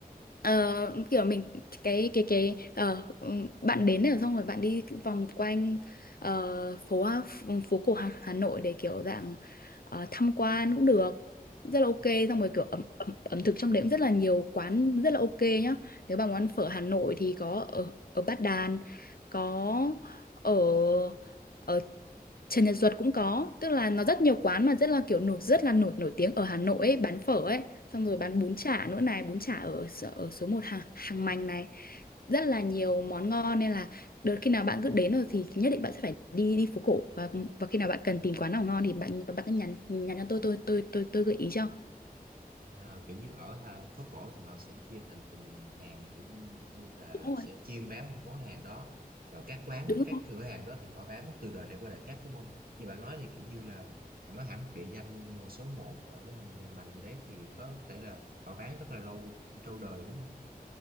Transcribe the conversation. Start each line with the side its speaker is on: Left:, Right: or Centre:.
Left: ờ, kiểu mình cái cái cái ờ, ừm, bạn đến rồi xong rồi bạn đi vòng quanh ờ, phố phố cổ Hà, Hà Nội để kiểu dạng ờ, tham quan cũng được rất là ok
Right: Ừ.
Left: xong rồi kiểu ẩm, ẩm, ẩm thực trong đấy cũng rất là nhiều quán rất là ok nhá nếu bạn muốn ăn phở Hà Nội thì có ở ở Bát Đàn có ở ở Trần Nhật Duật cũng có tức là nó rất nhiều quán mà rất là kiểu nổi rất là nổi nổi tiếng ở Hà Nội ấy, bán phở ấy xong rồi bán bún chả nữa này bún chả ở s- ở số một hàng hàng mành này rất là nhiều món ngon nên là đợt khi nào bạn cứ đến rồi thì nhất định bạn sẽ phải đi đi phố cổ và và khi nào bạn cần tìm quán nào ngon thì bạn bạn cứ nhắn nhắn cho tôi tôi tôi tôi tôi gợi ý cho
Right: à, kiểu như ở Hà- phố cổ thì họ sẽ chia thành từng hàng kiểu như như là
Left: đúng
Right: sẽ
Left: rồi
Right: chuyên bán một món hàng đó và các quán
Left: đúng
Right: các
Left: rồi
Right: cửa hàng đó thì họ bán từ đời này qua đời khác đúng không như bạn nói thì kiểu như là họ nói hẳn một địa danh như là số một ở hàng hàng mành gì đấy thì có thể là họ bán rất là lâu lâu đời đúng không